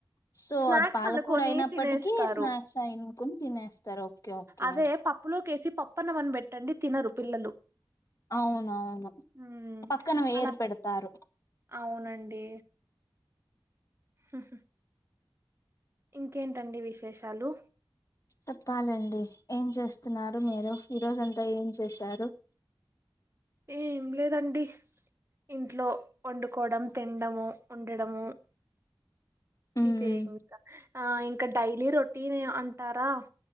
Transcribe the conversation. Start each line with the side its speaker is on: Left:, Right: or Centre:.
Left: సో
Right: స్నాక్స్
Left: అది పాలకూర
Right: అనుకోని
Left: అయినప్పటికీ
Right: తినేస్తారు
Left: స్నాక్స్ అయినుకుని తినేస్తారు ఓకే ఓకే
Right: అదే పప్పులోకి పప్పు అన్నం పెట్టండి తినరు పిల్లలు
Left: అవునవును
Right: మ్మ్
Left: పక్కన వేరు
Right: అలా పె
Left: పెడతారు
Right: అవునండి ఉ హు ఇంకేంటండి విశేషాలు
Left: చెప్పాలండి ఏం చేస్తున్నారు మీరు ఈరోజంతా ఏం చేశారు
Right: ఏం లే కదండీ ఇంట్లో వండుకోవడం తినడం ఉండడం
Left: ఉమ్
Right: ఇదే ఇంకా ఇంకా డైలీ రొటీన్ అంటారా